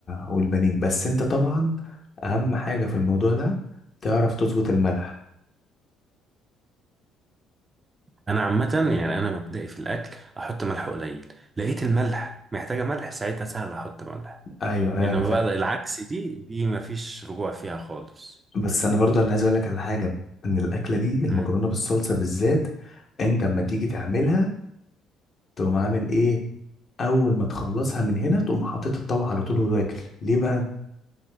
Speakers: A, on the left; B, on the right.
A: والبانيه بس انت طبعا اهم حاجه في الموضوع ده تعرف تظبط الملح
B: انا عامة يعني انا مبدئي في الاكل احط ملح قليل لقيت الملح محتاجة ملح ساعتها سهل احط ملح
A: ايوه ايوه
B: انما
A: انا فاهم
B: بقى العكس دي دي مفيش رجوع فيها خالص
A: بس انا برضه انا عايز اقول لك على حاجه ان الاكله دي المكرونه
B: مم.
A: بالصلصه بالذات انت اما تيجي تعملها تقوم عامل ايه اول ما تخلصها من هنا تقوم حاطط الطبق على طول وتاكل ليه بقى